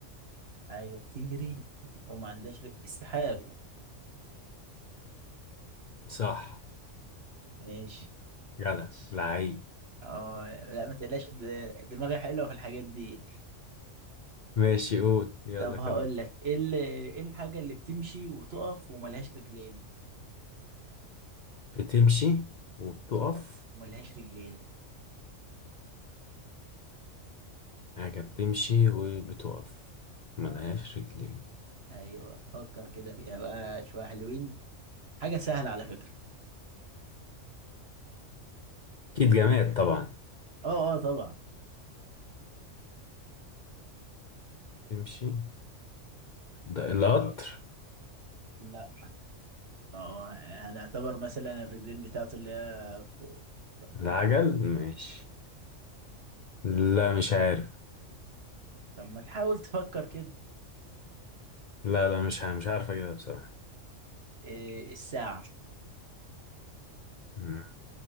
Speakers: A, on the right (about 55°); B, on the left (about 50°).
A: حاجه بتجري وما عندهاش رجل السحاب
B: صح
A: ماشي
B: جدع لعيب
A: اه لا ما تقلقش د- دماغي حلوه في الحاجات دي
B: ماشي قول يلا
A: طب هقول
B: كمل
A: لك ايه ال- ايه الحاجه اللي بتمشي وتقف وملهاش رجلين
B: بتمشي وبتقف
A: تقف وملهاش رجلين
B: حاجة بتمشي وبتقف ملهاش
A: اه
B: رجلين
A: ايوه فكر كده فيها بقى شويه حلوين حاجه سهله على فكره
B: أكيد جماد طبعا
A: اه اه طبعا
B: تمشي ده القطر
A: لا ما هو هنعتبر مثلا الرجلين بتاعته اللي هي كو-
B: العجل
A: كو-
B: ماشي لا مش عارف
A: طب ما تحاول تفكر كده
B: لا لا مش عارف مش عارف أجيبها بصراحة
A: إيه الساعة
B: مم.